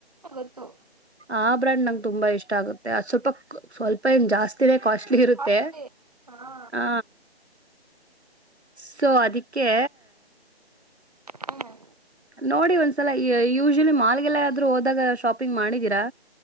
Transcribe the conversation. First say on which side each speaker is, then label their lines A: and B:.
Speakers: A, on the right; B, on the right.
A: ಓ
B: ಆ ಬ್ರ್ಯಾಂಡ್ ನಂಗೆ ತುಂಬಾ ಇಷ್ಟ ಆಗುತ್ತೆ ಅದ್ ಸ್ವಲ್ಪ ಸ್ವಲ್ಪ ಏನ್ ಜಾಸ್ತಿನೇ ಕಾಸ್ಟ್ಲಿ ಇರುತ್ತೆ
A: ಕಾಸ್ಟ್ಲಿ ಹಾ
B: ಹ ಸೊ ಅದಕ್ಕೆ
A: ಹ್ಮ್
B: ನೋಡಿ ಒಂದ್ಸಲ ಯೂಶಲಿ ಮಾಲ್ಗೆಲ್ಲಾದ್ರೂ ಹೋದಾಗ ಶಾಪಿಂಗ್ ಮಾಡಿದೀರಾ